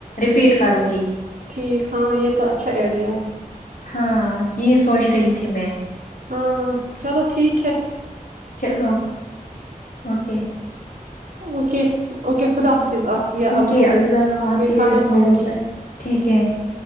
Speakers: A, on the left; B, on the right.
A: پھر کروں گی
B: ٹھیک ہاں یہ تو اچھا ائیڈیا ہے
A: ہاں یہ سوچ رہی تھی میں
B: ہاں چلو ٹھیک ہے
A: چلو اوکے
B: اوکے اوکے خدا حافظ آسیہ
A: اوکے
B: اب
A: اللہ حافظ
B: میں کھانا کھاؤں
A: نیلوفر
B: گی
A: ٹھیک ہے